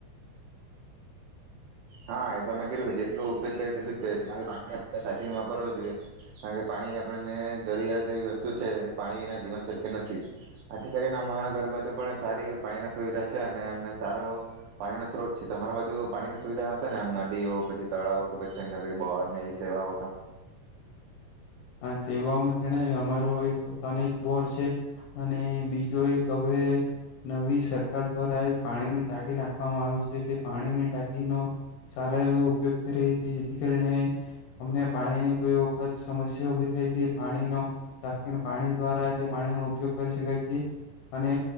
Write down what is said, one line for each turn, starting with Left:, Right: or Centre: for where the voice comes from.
Right: હા એ તો અમે જેટલું ઉપયોગ કરીએ તેટલું જ કરએ છે કારણ કે પાણી આપણે સાચીને વાપરવું જોઈએ, કારણ કે પાણી આપણને જરૂરિયાત એવી વસ્તુ છે પાણી વિના જીવન શક્ય નથી, આથી કરીને અમારા ઘર બાજુ પણ સારી પાણી ના સુવિધા છે અને અમને સારો, પાણીનો સ્ત્રોત છે તો અરા બાજુ પાણીની સુવિધા ને એમ નદી હો પછી તળાવ હો કે પછી એમને કઈ બહાર ની એ સેવાઓ તો?
Left: આ સેવાઓમાં જણાવ્યું અમારો એક પોતાનો એક બોર છે, અને બીજું એક હવે નવી સરકાર દ્વારા એક પાણીની ટાંકી નાખવામાં આવે છે તે પાણીની ટાંકીનો, સારો એવો ઉપયોગ કરી રહી છે જેથી કરીને, અમને પાણીની કોઈ વખત સમસ્યા પાણીનોકીને પાણી દ્વારા તે પાણીનો ઉપયોગ કરી શકાય છે, અને